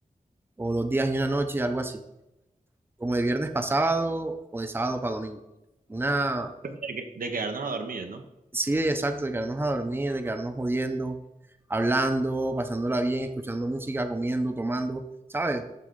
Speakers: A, on the right; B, on the right.
A: o dos días y una noche, algo así. Como de viernes pasado o de sábado para domingo. una
B: de, que- de quedarnos a dormir, ¿no?
A: Sí, exacto, de quedarnos a dormir, de quedarnos jodiendo, hablando, pasándola bien, escuchando música, comiendo, tomando, ¿sabes?